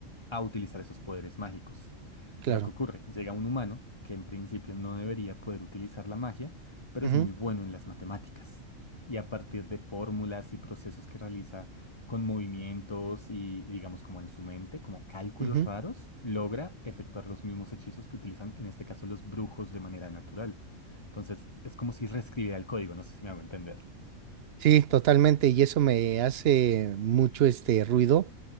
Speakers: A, on the left (about 20°); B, on the right (about 55°).
A: a utilizar esos poderes mágicos.
B: claro.
A: Pero ¿qué ocurre? Llega un humano que en principio no debería poder utilizar la magia, pero
B: ujú,
A: es muy bueno en las matemáticas. Y a partir de fórmulas y procesos que realiza con movimientos y, y digamos como en su mente, como cálculos
B: ujú.
A: raros, logra efectuar los mismos hechizos que utilizan en este caso los brujos de manera natural. Entonces es como si reescribiera el código, no sé si me hago entender.
B: Sí, totalmente. Y eso me hace mucho este ruido.